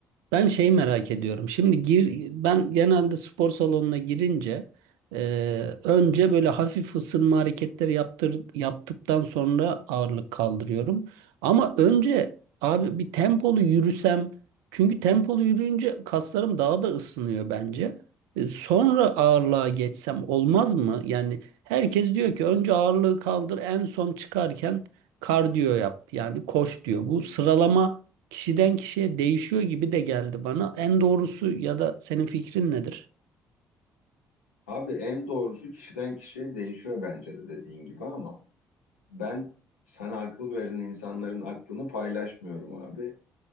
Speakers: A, on the right (about 65°); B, on the left (about 80°).
A: Ben şey merak ediyorum. Şimdi gir, ben genelde spor salonuna girince e, önce böyle hafif ısınma hareketleri yaptır, yaptıktan sonra ağırlık kaldırıyorum. Ama önce abi bir tempolu yürüsem çünkü tempolu yürüyünce kaslarım daha da ısınıyor bence. E, sonra ağırlığa geçsem olmaz mı? Yani herkes diyor ki önce ağırlığı kaldır en son çıkarken kardiyo yap yani koş diyor. Bu sıralama kişiden kişiye değişiyor gibi de geldi bana. En doğrusu ya da senin fikrin nedir?
B: Abi en doğrusu kişiden kişiye değişiyor bence de dediğin gibi ama ben sana akıl veren insanların aklını paylaşmıyorum abi.